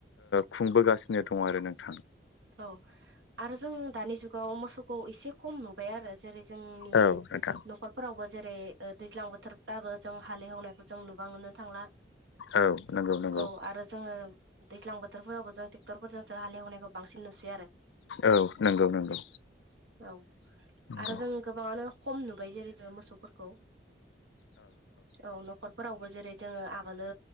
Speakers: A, on the left; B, on the right.
A: खुंबोगासिनो। नो दं आरो नोंथां।
B: औ आरो जों दानि जुगाव मोसौखौ एसे खम नुबाय आरो जेरै जोंनि
A: औ नोंथां
B: न'खरफोरावबो जेरै दैज्लां बोथोरब्लााबबो जों हालेवनायखौ जों नुबां नो थांला
A: औ नंगौ नंगौ
B: औ आरो जोङो दैज्लां बोथोरफोरावबो जों ट्रेक्टरफोरजोंसो हालएवनायखौ बांसिन नुसै आरो।
A: औ नंगौ नंगौ
B: औ
A: नंगौ
B: आरो जों गोबाङानो खम नुबाय जेरै जों मोसौफोरखौ औ न'खरफोरावबो जेरै जोङो आगोलो